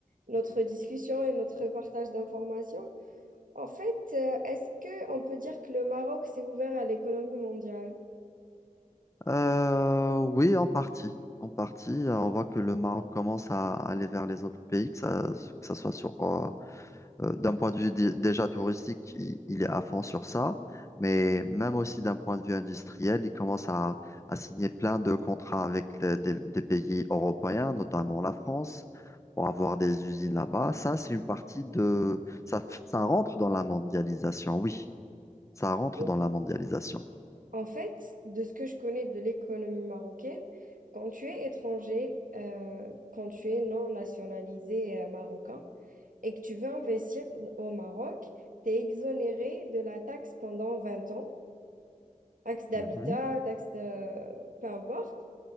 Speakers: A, on the right (about 85°); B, on the left (about 20°).
A: notre discussion et notre partage d'informations. En fait, euh, est-ce que on peut dire que le Maroc s'est ouvert à l'économie mondiale?
B: Euh, oui, en partie. En partie, euh, on voit que le Maroc commence à aller vers les autres pays, que ça, que ça soit sur, euh, euh, d'un point de vue dé- déjà touristique, il, il est à fond sur ça, mais même aussi d'un point de vue industriel, il commence à, à signer plein de contrats avec le- des, des pays européens, notamment la France, pour avoir des usines là-bas. Ça, c'est une partie de, ça, f- ça rentre dans la mondialisation, oui, ça rentre
A: Ou-
B: dans la mondialisation.
A: En fait, de ce que je connais de l'économie marocaine, quand tu es étranger, euh, quand tu es non nationalisé euh, marocain, et que tu veux investir au Maroc, tu es exonéré de la taxe pendant 20 ans, taxe d'habitat,
B: Mhm.
A: taxe de... peu importe.